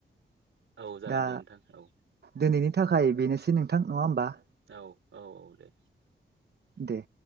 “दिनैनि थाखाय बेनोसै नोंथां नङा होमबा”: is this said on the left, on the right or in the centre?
Right